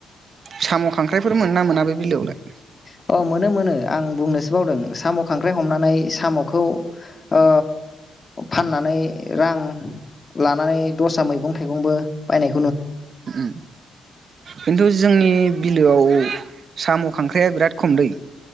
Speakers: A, on the right (about 50°); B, on the left (about 30°).
A: साम' खांख्राइफोर मोनो ना मोना बे बिलोआवलाय?
B: अ मोनो मोनो आं बुंनोसो बावदों साम खांख्राइ हमनानै सामखौ ओ फाननानै रां लानानै दस्रा मैगं-थाइगंबो बायनाय
A: उम खिन्थु जोंनि बिलोआव साम' खांख्राइआ बिराद खमदै।